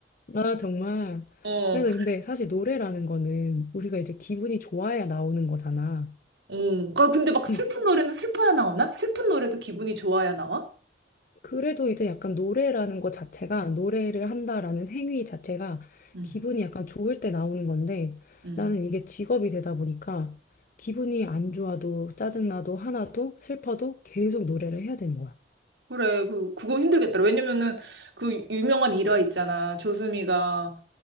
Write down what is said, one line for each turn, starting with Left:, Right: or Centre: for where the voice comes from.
Left: 아, 정말.
Right: 어.
Left: 그래서 근데 사실 노래라는 거는 우리가 이제 기분이 좋아야 나오는 거잖아.
Right: 오, 그 근데 막 슬픈
Left: 음,
Right: 노래는 슬퍼야 나오나? 슬픈 노래도 기분이 좋아야 나와?
Left: 그래도 이제 약간 노래라는 거 자체가, 노래를 한다라는 행위 자체가
Right: 응,
Left: 기분이 약간 좋을 때 나오는 건데
Right: 응,
Left: 나는 이게 직업이 되다 보니까 기분이 안 좋아도 짜증나도 하나도 슬퍼도 계속 노래를 해야 되는 거야.
Right: 그래, 그, 그거 힘들겠더라. 왜냐면은 그 유명한 일화 있잖아. 조수미가